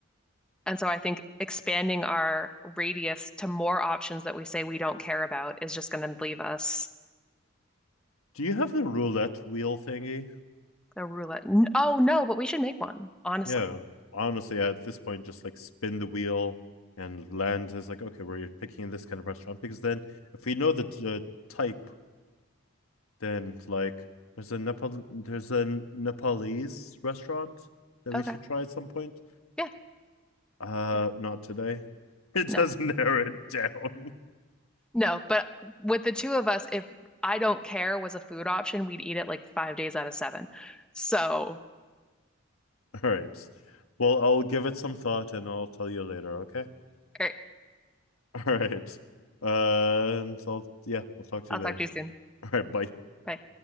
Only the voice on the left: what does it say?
Do you have the roulette wheel thingy?
Yeah. Honestly, at this point, just like spin the wheel and land is like okay, we're picking this kind of restaurant because then if we know the uh, type then like there's a Nepal there's a Nepalese restaurant that we
should try at some point.
Uh
not today. <laughs> It does
narrow it down.
<laughs> All right. Well, I'll give it some thought and I'll tell you later, okay?
<laughs> All right. Uh, and so I'll, yeah, I'll talk to
you later.
All right, bye.